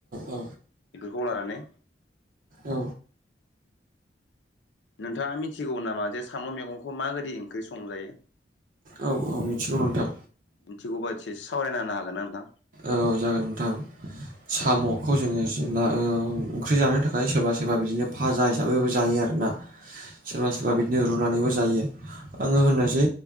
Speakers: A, on the right; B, on the left.
A: औ
B: इफोरखौ लानानै।
A: औ
B: नोंथाङा मिथिगौ नामा जे साम' मैगंखौ मा गोदि ओंख्रि संजायो?
A: औ औ मिथिगौ नोंथां।
B: मिथिगौबा एसे सावरायना होनो हागोन ना नोंथां?
A: औ जागोन नोंथां। साम'खौ जोङो जेब्ला ओ ओंख्रि जानो थाखाय सोरबा सोरबा बिदिनो फाजा हिसाबैबो जायो आरोना।
B: <inaudible>
A: सोरबा सोरबा
B: औ
A: बिदिनो रुनानैबो जायो। आंङो होननोसै